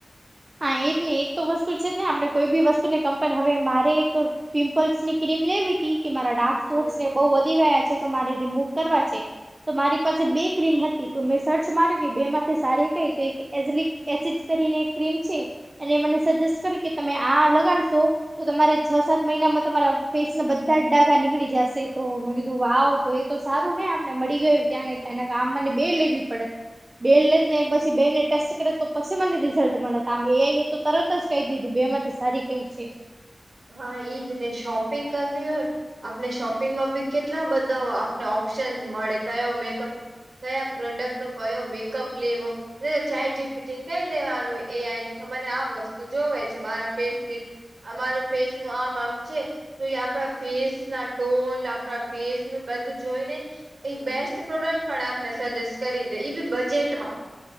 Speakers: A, on the right (about 40°); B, on the right (about 70°).
A: હા એજ નહી એજ તો વસ્તુ છે જ ને આપણે કોઈ બી વસ્તુ ને કમ્પે હવે મારે એક પિમ્પલ્સ ની ક્રીમ લેવી હતી કે મારા
B: હમ
A: ડાર્ક સ્પોટ બઉુ વધી ગયા છે તો મારે રિમૂવ કરવા છે. તો મારી પાસે બે ક્રીમ હતી તો, મેં સર્ચ માર્યો કે બે થે સારી કઈ તો એક એઝલિક એસિડ કરીને એક ક્રીમ છે એને મને સજેસ્ટ કરી કે તમે આ લગાડશો. તો તમારે છ સાત મહિનામાં તમારા ફેસ ના બધા જ ડાઘા નીકળી જશે. તો મેં કીધું વાવ તો એ તો સારું ને આપણે મળી ગયું ત્યાં ને ત્યાં આ મને બે લેવી પડત. બેન લે ને પછી બે ને ટેસ્ટ કરે તો પછી મને રીઝ રિઝલ્ટ મળે હતા, આમ એઆઈ એ તો તરત જ કહી દીધું બે માંથી સારી કઈ છે
B: હા એઈ જ ને શોપિંગ કરવી હોય. આપને શોપિંગમાં બી કેટલા બધા આપને ઓપ્શન્સ મળે કયો મેકઅપ કયા પ્રોડક્ટ નો કયો મેકઅપ લેવો? ચેટ જીપીટી કરી દેવાનું એ આઈ ને કે મારે આ વસ્તુ જોવે છે મારા ફેસ ની અમારો ફેસ નું આમ આમ છે તો એ આપણા ફેસ ના ટોન આપણા ફેસ નું બધું જોઈ ને એ બેસ્ટ પ્રોડક્ટ પણ આપને સજેસ્ટ કરી દે બી બજેટમાં.